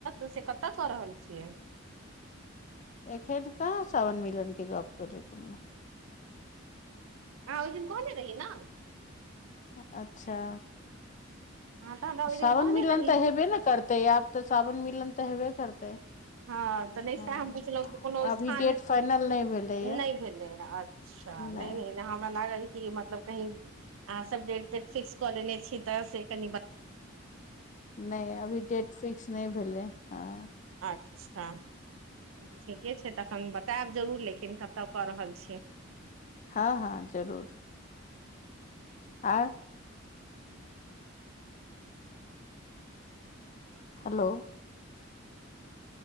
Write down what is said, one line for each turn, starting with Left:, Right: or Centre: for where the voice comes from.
Right: से कतय कऽ रहल छियै
Left: एखैन कहाॅं सावन मिलन के गप्प केलियै कोनो
Right: अहाॅं ओय दिन कहने रहिये न
Left: हँ अच्छा
Right: हँ तऽ हमरा ओहि दिन
Left: सावन
Right: कहने
Left: मिलन
Right: रही
Left: तऽ हेबे न करतै आब तऽ सावन मिलन तऽ हेबे करतै
Right: हाँ तऽ नै
Left: हँ
Right: सएह हम पुछलहुँ कोनो
Left: अभी
Right: स्थानमे
Left: डेट फाइनल नहि भेलैया
Right: नय भेलै हन अच्छा
Left: नहि
Right: नै नै हमरा लागल की एमहर मतलब कहीं अहाँ सब डेट तेट फिक्स कऽ लेने छी तऽ से कनि ब-
Left: नै अभी डेट फिक्स नहि भेले हँ
Right: अच्छा ठीके छै तखन बतायब जरूर लेकिन कतय कऽ रहल छियै
Left: हाँ हाँ जरूर आओर हेलो